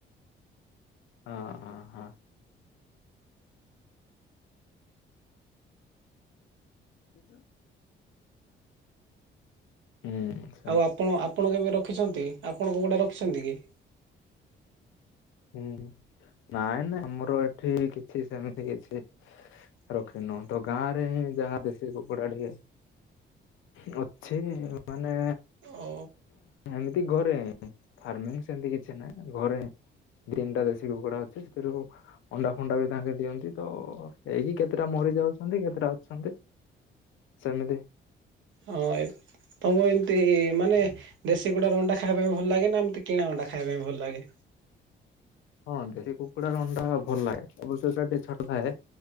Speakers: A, on the left (about 80°); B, on the right (about 75°).
A: ହଁ ହଁ ହଁ। ଯ ସ ଏଁ।
B: ଆଉ ଆପଣ ଆପଣ କେବେ ରଖିଛନ୍ତି ଆପଣ କୁକୁଡା ରଖିଛନ୍ତି କି?
A: ହୁଁ ନାଇଁ ନାାଇ ଆମର ଏଠି କିଛି ସେମିତି କିଛି ରଖିିନୁ ତ ଗାଁ ରେ ହିଁ ଯାହା ଦେଶୀ କୁକୁଡା ଟିକେ ବୃଥି ମାନେ
B: ଓ
A: ଏମିତି ଘରେ ଫାର୍ମିଂ ସେମିତି କିଛି ନାହିଁ ଘରେ। ତିନିଟା ଦେଶୀ କୁକୁଡା ଅଛି ସେଥିରୁ ଅଣ୍ଡା ଫଣ୍ଡା ବି ତାଙ୍କେ ଦିଅନ୍ତି ତ ହେଇକି କେତେଟା ମରିଯାଉଛନ୍ତି କେତେଟା ଅଛନ୍ତି। ସେମିିତି।
B: ହଁ ଏ। ତମକୁ ଏମତି ମାନେ ଦେଶୀ କୁଡ଼ାର ଅଣ୍ଡା ଖାଇବା ପାଇଁ ଭଲ ଲାଗେ ନା ଏମତି କିଣା ଅଣ୍ଡା ଖାଇବା ପାଇଁ ଭଲ ଲାଗେ?
A: ହଁ ଦେଶୀ କୁକୁଡାର ଅଣ୍ଡା ଭଲ ଲାଗେ ଅବସ୍ୟ ଟିକେ ଛୋଟ ଥାଏ।